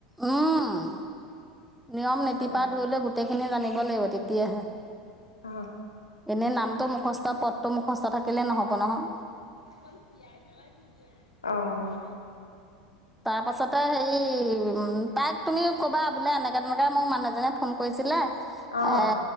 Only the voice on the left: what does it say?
অ',
অহ।
খন তিয়াই পেলাই পিন্ধি আহি, <inaudible> অঁ
অ',